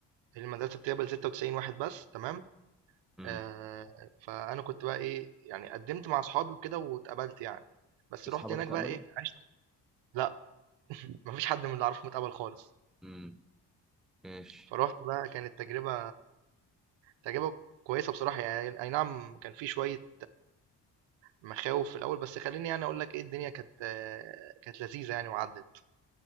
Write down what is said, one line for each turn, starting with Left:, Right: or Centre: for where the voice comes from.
Right: المدرسة بتقبل ستة وتسعين واحد بس تمام
Centre: امم
Right: آه، فأنا كنت بقى إيه يعني قدمت مع أصحابي وكده واتقبلت يعني بس
Centre: اصحابك
Right: رحت هناك
Centre: اتقبلوا
Right: بقى إيه عشت لأ <laughs> مفيش حد من اللي أعرفه متقبل خالص
Centre: امم ماشي
Right: فرحت بقى كانت تجربة تجربة كويسة بصراحة يعني أي نعم كان في شوية مخاوف في الاول بس خليني يعني اقول لك ايه الدنيا كانت آه، كانت لذيذه يعني وعدت